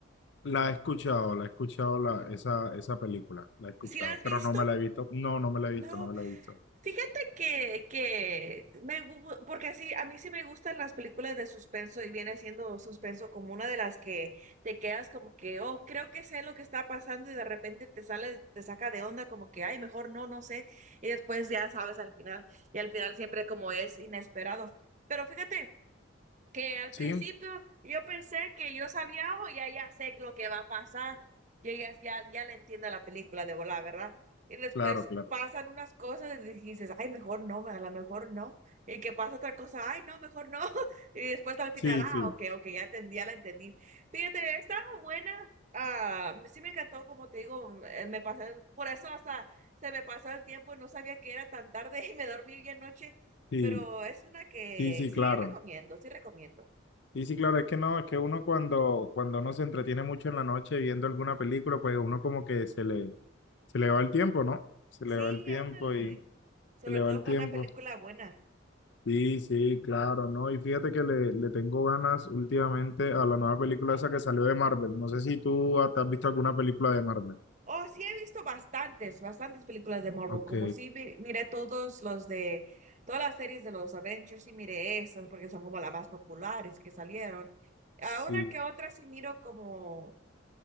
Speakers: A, on the left (about 60°); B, on the right (about 35°).
A: la he escuchado, la he escuchado la, esa, esa película, la he escuchado,
B: ¿Sí la has visto?
A: pero no me la he visto. No, no me la he
B: No,
A: visto, no me la he visto.
B: Fíjate que, que me, gu- porque así a mí sí me gustan las películas de suspenso y viene siendo suspenso como una de las que te quedas como que, oh, creo que sé lo que está pasando y de repente te sale, te saca de onda como que, ay, mejor no, no sé. Y después ya sabes al final y al final siempre como es inesperado. Pero fíjate que al
A: Sí,
B: principio yo pensé que yo sabía, o ya, ya sé lo que va a pasar, yo ya, ya, ya le entiendo a la película de volar, ¿verdad? Y después
A: claro, claro.
B: pasan unas cosas y dices, ay, mejor no, a lo mejor no, y que pasa otra cosa, ay, no, mejor no, <laughs> y después al final,
A: Sí,
B: ah,
A: sí,
B: ok, ok, ya entendí, ya la entendí. Fíjate, estaba buena, ah, sí me encantó, como te digo, eh, me pasé, por eso hasta se me pasó el tiempo y no sabía que era tan tarde <laughs> y me dormí bien noche,
A: sí,
B: pero es una que
A: sí, sí,
B: sí
A: claro.
B: recomiendo, sí recomiendo.
A: Sí, sí, claro, es que no, es que uno cuando, cuando uno se entretiene mucho en la noche viendo alguna película, pues uno como que se le, se le va el tiempo, ¿no? Se
B: Sí,
A: le va el tiempo
B: ándale.
A: y
B: Sobre
A: se le va
B: todo
A: el
B: con
A: tiempo.
B: una película buena.
A: Sí, sí, claro, ¿no? Y fíjate que le, le tengo ganas últimamente a la nueva película esa que salió de Marvel. No sé si tú hasta has visto alguna película de Marvel.
B: Oh, sí he visto bastantes, bastantes películas de Marvel.
A: Ok,
B: Como sí vi- miré todos los de, todas las series de los Avengers, sí miré esas porque son como las más populares que salieron. A
A: sí,
B: una que otra sí miro como